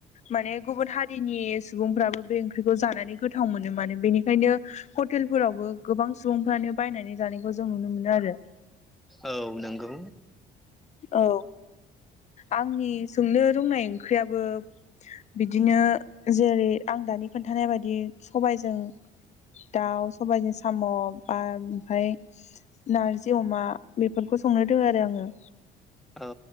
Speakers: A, on the left (about 45°); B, in the centre.
A: माने गुबुन हारिनि सुबुंफ्राबो बे ओंख्रिखौ जानानै गोथाव मोनो मानो बेनिखायनो हटेलफोरावबो गोबां सुबुंफ्रानो बायनानै जानायखौ जों नुनो मोनो आरो। <inaudible>
B: औ नंगौ।
A: औ आंनि संनो रोंनाय ओंख्रियाबो बिदिनो जेरै आं दानि खोन्थानाय बायदि सबायजों दाउ सबायाइजों साम' बा ओमफ्राय नारजि अमा बे बेफोरखौ संनो दोङो आरो आङो।
B: औ।